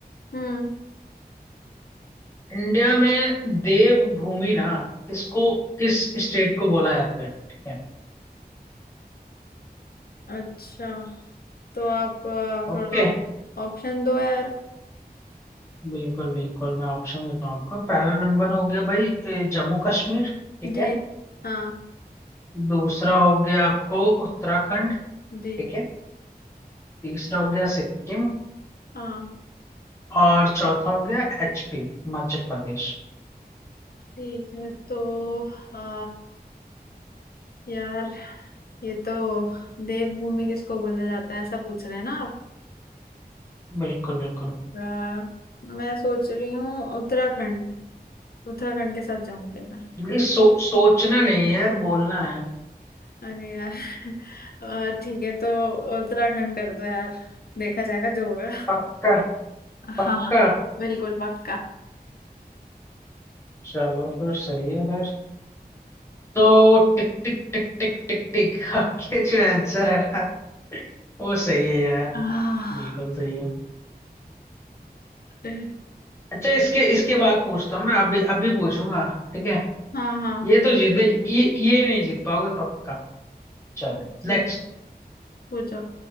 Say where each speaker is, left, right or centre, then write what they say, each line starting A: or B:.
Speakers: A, on the left; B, on the left.
A: हम्म
B: इंडिया में देवभूमि ना किसको किस स्टेट को बोला जाता है ठीक है
A: अच्छा तो आप आ, थोड़ा
B: ओके
A: ऑप्शन दो यार
B: बिल्कुल बिल्कुल मैं ऑप्शन देता हूँ आपको पहला नंबर हो गया भाई ए, जम्मू कश्मीर ठीक
A: जी
B: है
A: हाँ
B: दूसरा हो गया आपको उत्तराखंड ठीक
A: जी
B: है तीसरा हो गया सिक्किम
A: हाँ
B: और चौथा हो गया एचपी हिमाचल प्रदेश
A: ठीक है तो आ, यार ये तो देवभूमि किसको बोला जाता है ऐसा पूछ रहे हैं ना आप
B: बिल्कुल बिल्कुल
A: आ, मैं सोच रही हूँ उत्तराखंड उत्तराखंड के साथ जाऊंगी मैं
B: ये सो, सोचना नहीं है यार बोलना है
A: अरे यार <laughs> आ, ठीक है तो उत्तराखंड कर दो यार देखा जाएगा जो होगा
B: पक्का पक्का
A: हाँ बिल्कुल पक्का
B: चलो फिर सही है फिर तो टिक टिक टिक टिक टिक टिक <laughs> आपके जो आंसर है ना वो सही है यार
A: आह,
B: बिल्कुल सही है
A: ए,
B: अच्छा इसके इसके बाद पूछता हूँ मैं अभी अभी पूछूंगा ठीक है
A: हाँ हाँ
B: ये
A: हाँ
B: तो जीत गए ये ये नहीं जीत पाओगे पक्का चलो
A: हाँ, ठीक
B: नेक्स्ट
A: है, पूछो